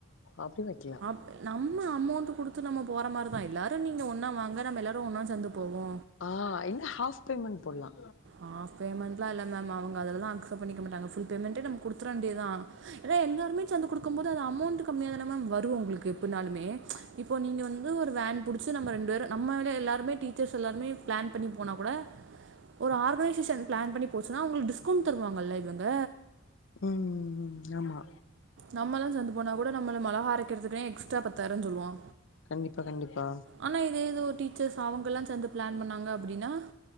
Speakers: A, on the left (about 65°); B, on the right (about 60°).
A: அப்டி வைக்கிலா
B: அப் நம்ம அமௌண்ட் குடுத்து நம்ம போற மாரி தா எல்லாரு நீங்க ஒன்னா வாங்க நம்ம எல்லாரு ஒன்னா சேந்து போவோ
A: ஆ இல்ல ஹாஃப் பேமெண்ட் போட்லா
B: ஹாஃப் பேமெண்ட்லா இல்ல மேம் அவுங்க அதுல தா அக்செப்ட் பண்ணிக்க மாட்டாங்க ஃபுல் பேமெண்டே நம்ப குடுத்துற வேண்டியதா றே எல்லாருமே சேந்து குடுக்கு போது அது அமௌண்ட் கம்மியா தானே மேம் வரு உங்களுக்கு எப்டினாலுமே இப்போ நீங்க வந்து ஒரு வேன் புட்ச்சு நம்ம ரெண்டு பேரு நம்மலே எல்லாருமே டீச்சர்ஸ் எல்லாருமே பிளான் பண்ணி போனா கூட ஒரு ஆர்கனைசேஷன் பிளான் பண்ணி போச்சுன்னா அவுங்ளுக்கு டிஸ்கவுண்ட் தருவாங்கல்ல இவங்க
A: உம் உம் உம் ஆமா
B: நம்மல்லா சேந்து போனா கூட நம்மள மொளகா அரைக்கிறதுக்குனே எக்ஸ்ட்ரா பத்தாயிரோ சொல்லுவா
A: கண்டிப்பா கண்டிப்பா
B: ஆனா இதே ஏதோ ஒரு டீச்சர்ஸ் அவங்கல்லா சேந்து பிளான் பண்ணாங்க அப்டின்னா